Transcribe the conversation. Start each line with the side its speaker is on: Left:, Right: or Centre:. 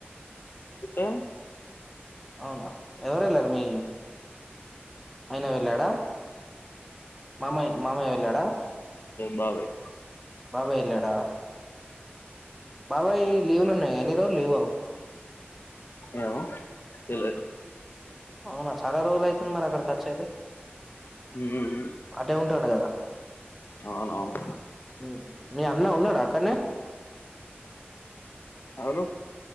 Left: చెత్త
Centre: అవునా ఎవరు వెళ్ళరు మీ అయిన వెళ్ళాడా మామయ మామయ్య వెళ్ళాడా
Left: బాబాయి
Centre: బాబాయ్ వెళ్ళాడా బాబాయ్ లీవ్లు ఉన్నాయి ఎన్ని రోజులు లీవ్ అవ
Left: ఏమో తెలిదు
Centre: అవునా చాలా రోజలు అయితంది మరి అక్కడ ఖర్చు అయితే
Left: మ్మ్
Centre: అటే ఉంటాడు కదా
Left: అవునవును
Centre: ఉమ్. మీ అన్న ఉన్నాడా అకాడనే
Left: హలో